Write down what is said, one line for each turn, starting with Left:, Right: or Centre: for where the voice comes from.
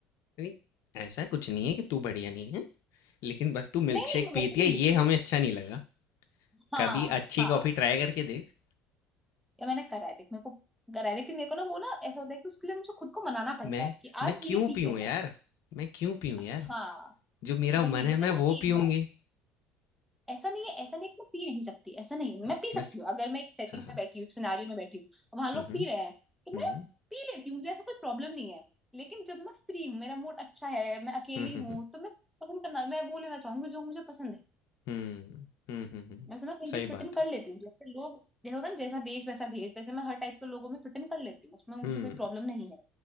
Left: नहीं ऐसा कुछ नहीं है कि तू बढ़िया नहीं है लेकिन बस तू मिल्क
Centre: नहीं
Left: शेक
Centre: नहीं मैं
Left: पीती
Centre: वैसे नहीं
Left: है ये
Centre: बोल रही
Left: हमें अच्छा नहीं लगा
Centre: हाँ
Left: कभी अच्छी
Centre: हाँ
Left: कॉफी ट्राई करके देख
Centre: ये मैंने करा है देख मेरे को करा है लेकिन मेरे को ना वो ना ऐसा होता है कि उसके लिए मुझे खुद को मनाना पड़ता
Left: मैं
Centre: है कि
Left: मैं
Centre: आज
Left: क्यों
Centre: ये पीते
Left: पीऊँ यार
Centre: हैं
Left: मैं क्यों पीऊँ यार
Centre: हाँ
Left: जो मेरा
Centre: वही
Left: मन है
Centre: मतलब
Left: मैं
Centre: वो
Left: वो
Centre: एक
Left: पीऊँगी।
Centre: बार ऐसा नहीं है ऐसा नहीं है कि मैं पी नहीं सकती ऐसा नहीं है
Left: हाँ,
Centre: मैं पी सकती
Left: बस।
Centre: हूँ अगर मैं एक सेटिंग
Left: हाँ, हाँ।
Centre: में बैठी हूँ एक सिनारियो में बैठी हूँ और वहां लोग
Left: हुँ, हुँ।
Centre: पी रहे हैं तो
Left: हुँ,
Centre: मैं पी लेती हूँ मुझे ऐसा कोई प्रॉब्लम नहीं है लेकिन जब मैं फ्री हूँ मेरा मूड अच्छा है मैं अकेली
Left: हुँ, हुँ,
Centre: हूँ
Left: हुँ।
Centre: तो मैं पसंद करना मैं वो लेना चाहूंगी जो मुझे पसंद है
Left: हुँ, हुँ, हुँ, हुँ।
Centre: वैसे मैं कहीं
Left: सही
Centre: भी फिट
Left: बात
Centre: इन कर
Left: है।
Centre: लेती हूँ जैसे लोग जैसे होता है ना जैसा देश वैसा भेष वैसे मैं हर टाइप के लोगों में फिट इन कर लेती हूँ उसमें मुझे
Left: हुँ,
Centre: कोई प्रॉब्लम नहीं है